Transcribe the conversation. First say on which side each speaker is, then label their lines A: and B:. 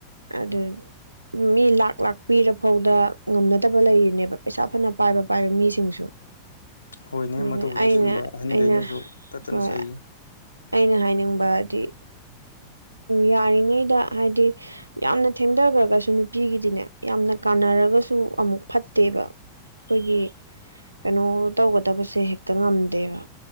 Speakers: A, on the right; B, on the left.
A: ꯑꯗꯨ ꯃꯤ ꯂꯥꯛ ꯂꯥꯛ ꯄꯤꯔꯐꯥꯎꯗ ꯉꯝꯅꯗꯕ ꯂꯩꯔꯤꯅꯦꯕ ꯄꯩꯁꯥ ꯐꯅ ꯄꯥꯏꯕ ꯄꯥꯏꯕ ꯃꯤꯁꯤꯡꯁꯨ
B: ꯍꯣꯏꯅꯦ
A: ꯑꯗꯨꯅꯦ
B: ꯃꯗꯨꯕꯨꯗꯤ
A: ꯑꯩꯅ
B: ꯁꯨꯝꯕ ꯑꯍꯟꯈꯩꯅꯁꯨ
A: ꯑꯩꯅ
B: ꯇꯠꯇꯅ
A: ꯍꯣꯏ
B: ꯆꯩꯔꯤ
A: ꯑꯩꯅ ꯍꯥꯏꯅꯤꯡꯕꯗꯤ ꯌꯥꯔꯤꯉꯩꯗ ꯍꯥꯏꯗꯤ ꯌꯥꯝꯅ ꯊꯦꯡꯗꯒ꯭ꯔꯒꯁꯨ ꯅꯨꯄꯤꯒꯤꯗꯤꯅꯦ ꯌꯥꯝꯅ ꯀꯥꯟꯅꯔꯒꯁꯨ ꯑꯃꯨꯛ ꯐꯠꯇꯦꯕ ꯈꯣꯏꯒꯤ ꯀꯩꯅꯣ ꯇꯧꯒꯗꯕꯁꯦ ꯍꯦꯛꯇ ꯉꯝꯗꯦꯕ